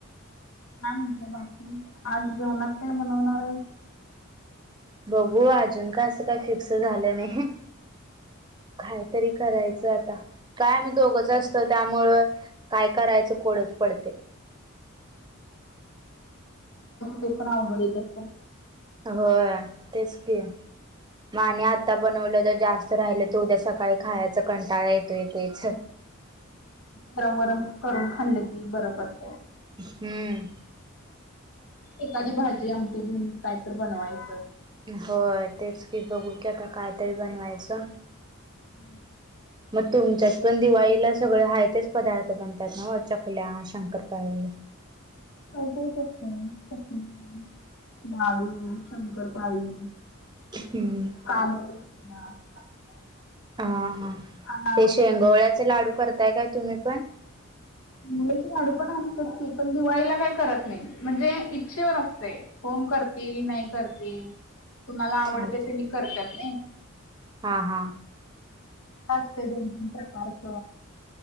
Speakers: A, on the left (about 80°); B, on the right (about 20°).
A: काय म्हटलं बाकी आज जेवणचतय बनवणारे
B: बघू अजून का असं काही फिक्स झालं नाही कायतरी करायचं आता काय मी दोघंच असत त्यामुळं काय करायचं कोडच पडते
A: ते बनाव बडे बत
B: हो तेच क म आणि आता बनवलं जर जास्त राहिलं तर उद्या सकाळी खायचा कंटाळा येतो य तेच
A: गरम गरम करून खाल्ली ती बरं पड
B: हम्म
A: एखादी भाजी आमटी बि काय तर बनवायचं
B: होय तेच की बघू की आता कायतरी बनवायचं
A: हम्म.
B: मग तुमच्यात पण दिवाळीला सगळे हाय तेच पदार्थ बनतात ना चकल्या, शंकरपाळी,
A: <inaudible> काय काय करता मग चकली, लाडू, शंकरपाळी,
B: हम्म
A: का <unintelligible>
B: हा हा
A: अनारस
B: ते शेंगोळ्याचे लाडू करताय काय तुम्ही पण?
A: मुळेत चे लाडू पण असतात की पण दिवाळीला काही करत नाही म्हणजे इच्छेवर असते. कोण करतील नाही करतील कुणाला आवडते
B: हा
A: ते मी करतात नाही.
B: हा हा.
A: असते दोन तीन प्रकारच